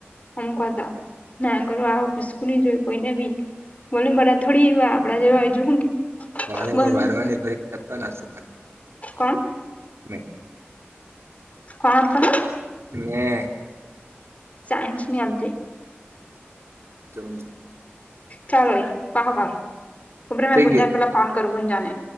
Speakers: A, on the left; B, on the right.
A: <unintelligible> <unintelligible>
B: <unintelligible>
A: બોલને કોણ
B: મે
A: કોણ આપ પણને
B: હ
A: સાયન્સ નની આપજે
B: તોુ
A: ચાલો પહ કરર ઉપર મે
B: થઈ
A: ગુંંજાન
B: ગયું
A: પલા ફોન કરું ગુંજાન.